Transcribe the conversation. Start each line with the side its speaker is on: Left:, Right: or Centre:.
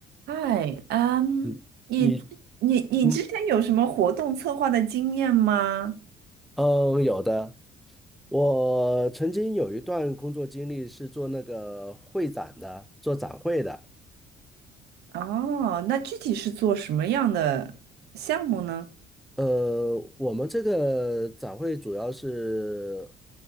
Right: 嗨，嗯，
Centre: 嗯，
Right: 你
Centre: 你
Right: 你你之前有什么活动策划的经验吗？
Centre: 嗯嗯，有的。我曾经有一段工作经历是做那个会展的，做展会的。
Right: 哦，那具体是做什么样的项目呢？
Centre: 呃，我们这个展会主要是